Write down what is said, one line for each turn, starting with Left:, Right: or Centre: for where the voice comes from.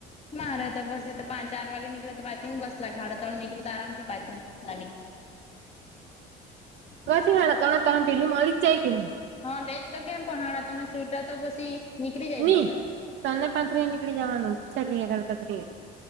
Left: મારે તો પછી તો પાંચ ચાર વાગે નીકળો તો પાંચની બસ લગાડે હાડા તણ નીકળ્યું તો આરામથી પાંચની બસ <unintelligible>
Right: કાથી
Left: હા
Right: મળે તણે તણને પેલી મળી જ જાય કે ની
Left: હા મેં જ તો કેમ કે તમે હાણા તણે સુયટા તો પછી નીકળી જાય
Right: ની
Left: બસ
Right: તણને પાંતરીએ નીકળી જવાનું ચલીએ ગણકતરીએ